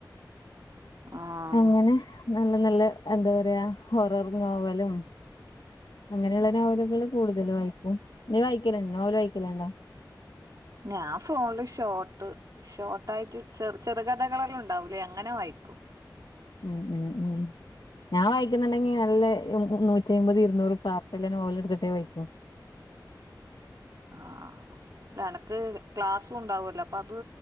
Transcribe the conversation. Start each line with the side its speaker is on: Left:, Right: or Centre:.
Right: ആഹ്
Left: അങ്ങനെ നല്ല നല്ല എന്താ പറയാ ഹൊറർ നോവലും അങ്ങനെയുള്ള നോവലുകൾ കൂടുതല് വായിക്കും നീ വായിക്കലണ്ടോ നോവല് വായിക്കലണ്ടോ
Right: ഞാൻ ഫോണില് ഷോർട്ട് ഷോർട്ടായിട്ട് ചെറുകഥകളെല്ലാം ഉണ്ടാവൂ ല്ലെ അങ്ങനെ വായിക്കും
Left: ഉം ഉം ഉം ഞാൻ വായിക്കുന്നുണ്ടെങ്കി നല്ല നൂറ്റി അമ്പത് ഇരുന്നൂറ് പാർട്ടല്ലേ നോവൽ എടുത്തിട്ടേ വായിക്കും
Right: ആഹ് ല്ല എനക്ക് ക്ലാസ്സുംണ്ടാവല്ലോ അപ്പൊ അത്